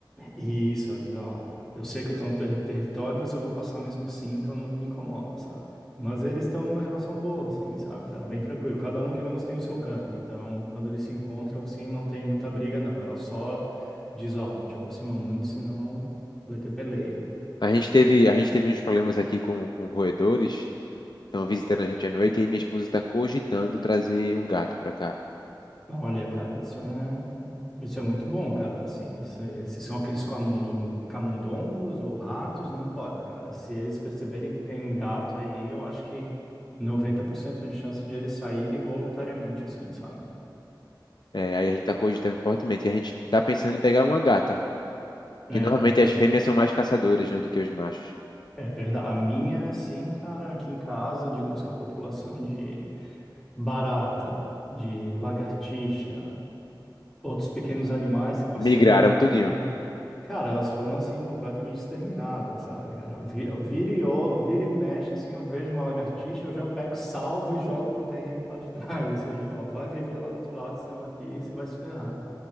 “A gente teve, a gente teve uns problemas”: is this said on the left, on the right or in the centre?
Left